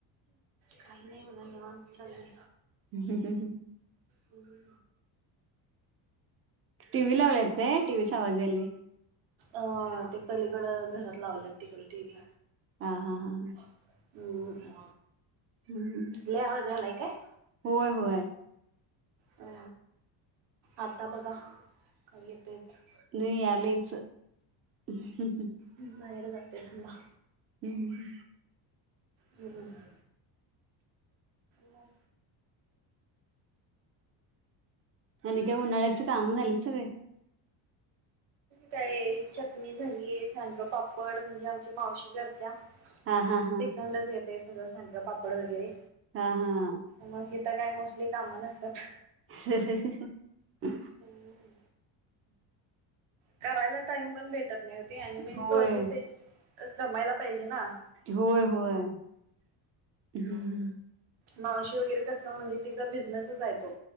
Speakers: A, on the right (about 70°); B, on the right (about 30°).
A: काही नाही बघा निवांत चाललंय.
B: हम्म हम्म हम्म
A: होय.
B: टीव्ही लावल्यात काय टीव्ही चा आवाज यायलाय?
A: अ ते पलीकड घरात लावल्यात तिकडं टीव्ही
B: हा हा हा
A: हम्म
B: हम्म
A: लय आवाज यालाय काय?
B: होय होय
A: अ आत्ता बघा का येतोय का?
B: नाही यालयचं हा
A: बाहेर जाते थांबा
B: हम्म हम्म
A: हम्म हम्म मग
B: आणि काय उन्हाळ्याची काम झालीत सगळी?
A: काय चटणी झालीये सांडग पापड म्हणजे आमची मावशी करत्या
B: हा हा हा
A: तिकंडच येत ते सगळं सांडग पापड वगैरे
B: हा हा
A: मग इथं काय मोस्टली काम नसत्यात.
B: ह ह ह हे.
A: हम्म करायला टाइम पण भेटत नाही वो ते आणि मेन
B: होय
A: प्रोसेस ते जमायला पाहिजे ना.
B: होय होय हम्म हम्म.
A: मावशी वगैरे कस म्हणजे तिचा बिझनेसच आहे तो